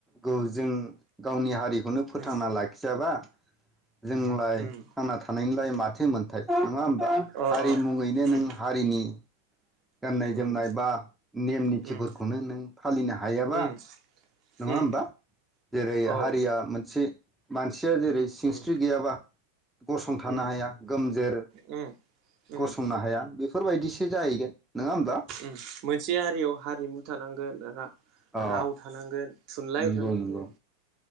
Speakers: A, in the centre; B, on the right.
A: गौ जों गावनि हारिखौनो फोथांना
B: उम
A: लाखिजा <unintelligible> बा। जोंलाय
B: उम
A: थांना थानायनि लाय बाथो मोनथाय। नङा होमबा
B: अ
A: हारि मुङैनो
B: उम
A: नों हारिनि गाननाय
B: उम
A: जोमनाय बा नेम निथिफोरखौनो
B: उम
A: नों फालिनो हायाबा
B: उम उम
A: नङा होमबा जेरै
B: अ
A: हारिया मोनसे मानसिया जेरै सिंस्रि
B: उम
A: गैयाबा। गसंथानो
B: उम
A: हाया गोमजोरै
B: उम उम
A: गसंनो हाया बेफोरबायदिसो जाहैगोन नङा होमब्ला
B: ओम मोनसे हारियाव हारिमु थानांगोन <unintelligible>
A: अ
B: राव थानांगोन। थुनलाइ
A: नंगौ
B: थानांगोन
A: नंगौ।